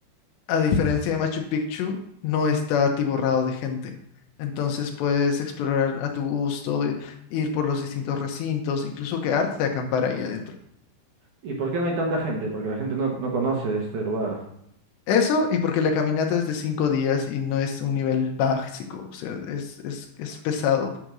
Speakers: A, on the left; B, on the right.
A: a diferencia de Machu Picchu, no está atiborrado de gente. Entonces puedes explorar a tu gusto, i- ir por los distintos recintos, incluso quedarte a acampar ahí adentro.
B: ¿Y por qué no hay tanta gente? Porque la gente no, no conoce este lugar.
A: Eso, y porque la caminata es de cinco días y no es un nivel básico, o sea, es, es, es pesado.